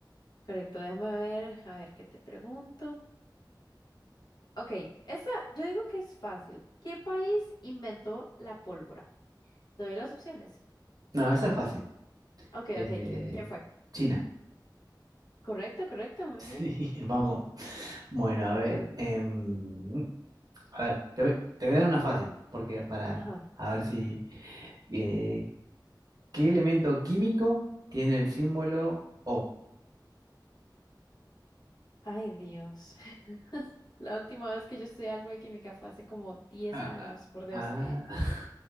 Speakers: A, on the left; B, on the right.
A: Correcto, déjame ver, a ver qué te pregunto. Ok, esa, yo digo que es fácil. ¿Qué país inventó la pólvora? Te doy las opciones.
B: No, esa es fácil.
A: Ok,
B: Eh,
A: ok, ¿quién, quién fue?
B: China. <laughs>
A: Correcto, correcto, muy
B: Sí,
A: bien.
B: vamos. Bueno, a ver. em, a ver, te voy, te voy a dar una fácil, porque para
A: Ajá.
B: a ver si eh, ¿qué elemento químico tiene el símbolo O?
A: Ay, Dios. <laughs> La última vez que yo estudié algo de química fue hace como diez
B: Ah,
A: años, por Dios.
B: ah.